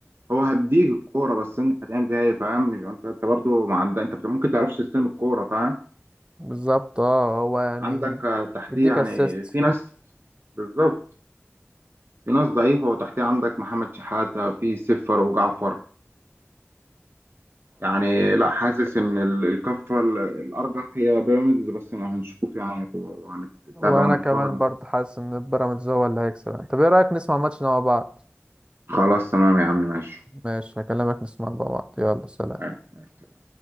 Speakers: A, on the right (about 55°); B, on the right (about 20°).
A: هو هديك الكوره بس انت هتعمل بيها ايه فاهم مش- انت انت برضه ما عندك انت بت- ممكن تعرفش تستلم الكوره فاهم
B: بالظبط اه هو يعني
A: عندك آه، تحتيه
B: يديك
A: يعني
B: اسيست
A: في ناس بالظبط في ناس ضعيفه وتحتيه عندك محمد شحاته في سفر وجعفر يعني لا حاسس ان ال- الكفه ال- الارجح هي بيراميدز بس هنشوف يعني وهنتابع
B: وانا
A: ونتفرج
B: كمان برضه حاسس ان بيراميدز هو اللي هيكسب يعني. طب ايه رايك نسمع ماتشنا مع بعض
A: خلاص تمام يا عم ماشي
B: ماشي هكلمك نسمع مع بعض يلا سلام
A: معاك معاك